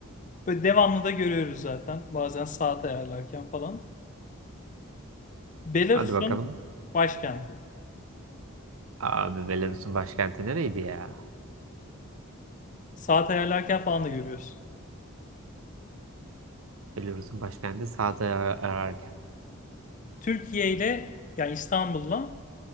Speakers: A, on the left (about 35°); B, on the right (about 75°).
A: Böyle devamlı da görüyoruz zaten. Bazen saat ayarlarken falan. Belarus'un
B: Hadi bakalım.
A: başkenti.
B: Abi Belarus'un başkenti nereydi ya?
A: Saat ayarlarken falan da görüyoruz.
B: Belarus'un başkenti sağda ar- ararken.
A: Türkiye ile yani İstanbul'la